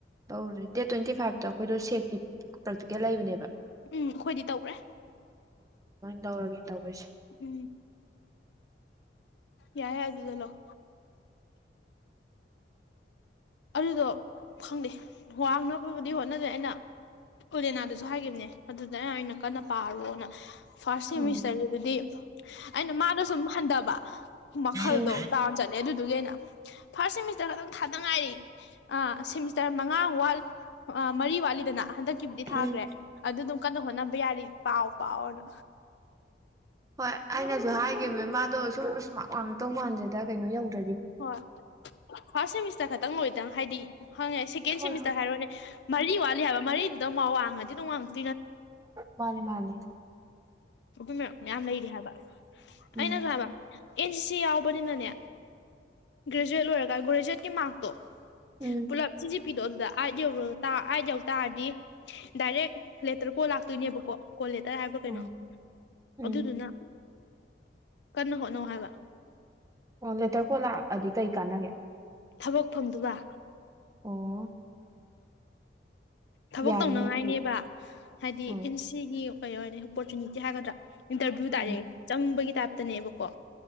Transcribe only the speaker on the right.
ꯇꯧꯔꯦ ꯗꯦꯠ ꯇꯣꯏꯟꯇꯤ ꯐꯥꯏꯚꯇ ꯑꯩꯈꯣꯏꯗꯣ ꯁꯦꯛꯀꯤ ꯄ꯭ꯔꯥꯛꯇꯤꯀꯦꯜ ꯂꯩꯕꯅꯦꯕ
ꯇꯧꯔꯒꯦꯅ ꯇꯧꯕ ꯑꯩꯁꯦ
ꯎꯝ
ꯎꯝ
ꯎꯝ
ꯍꯣꯏ ꯑꯩꯅꯖꯨ ꯍꯥꯏꯈꯤꯕ ꯃꯥꯗꯣ ꯁꯨꯝ ꯃꯥꯛ ꯋꯥꯡ ꯑꯛꯇꯧ ꯃꯥꯟꯗꯦꯗ ꯀꯩꯅꯣ ꯌꯧꯗ꯭ꯔ
ꯍꯣꯏ
ꯍꯣꯏ
ꯃꯥꯅꯦ ꯃꯥꯅꯦ
ꯎꯝ
ꯎꯝ
ꯎꯝ ꯎꯝ
ꯑꯣ ꯂꯦꯇꯔ ꯀꯣꯜ ꯂꯥꯛꯑꯗꯤ ꯀꯩ ꯀꯥꯟꯅꯒꯦ
ꯑꯣ
ꯌꯥꯏꯅꯦ
ꯑꯗꯨꯗꯤ
ꯎꯝ
ꯎꯝ